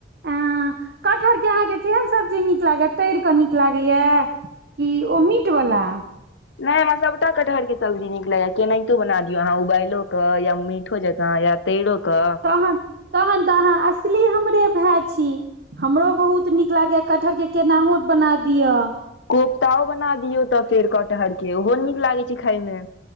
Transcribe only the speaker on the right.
आं कटहरके अहाँके केहन सब्जी नीक लागैया तड़ि कऽ नीक लागैया की ओ मीट बला
तहन तहन तऽ अहाँ असली हमरे भाय छी हमरो बहुत नीक लागैया कटहर के केनाहो बना दिअ